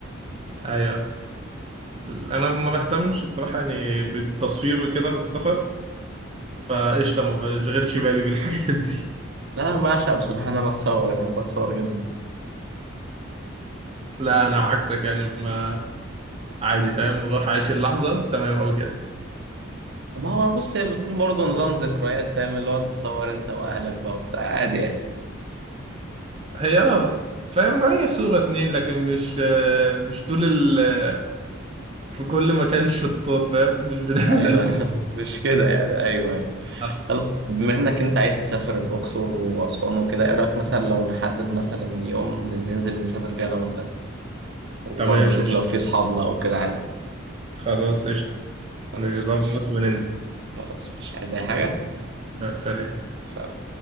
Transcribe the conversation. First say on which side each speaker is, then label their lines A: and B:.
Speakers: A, on the right; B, on the right.
A: ايوه انا
B: ف-
A: ما بهتمش الصراحه يعني بالتصوير وكده في السفر فقشطه ما بشغلش بالي بالحاجات دي
B: لا انا بعشق بصراحه ان انا اتصور أنا بحب اتصور جدا
A: <laughs> لا انا عكسك يعني ما عادي فاهم روح عايش اللحظه وتمام او كده
B: ما هو بص هي بتكون برضو نظام ذكريات فاهم اللي هو تتصور انت واهلك بقى وبتاع عادي يعني
A: هي اه فاهم هي صوره اتنين لكن مش آه، مش طول ال في كل مكان شطات فاهم مش بنعمل
B: ايوه
A: <laughs> البوم
B: <laughs> مش كده يعني ايوه أيوه.
A: آه،
B: طب بما انك انت عايز تسافر الاقصر واسوان وكده ايه رايك مثلا لو نحدد مثلا يوم ننزل نسافر فيه انا وانت وبرضه
A: تمام
B: شوف
A: قشطه
B: لو في اصحابنا او كده عادي
A: خلاص قشطه
B: خلاص
A: نظبط
B: ماشي
A: وننزل
B: خلاص ماشي عايز اي حاجه
A: ماشي. لا سلام
B: سلام.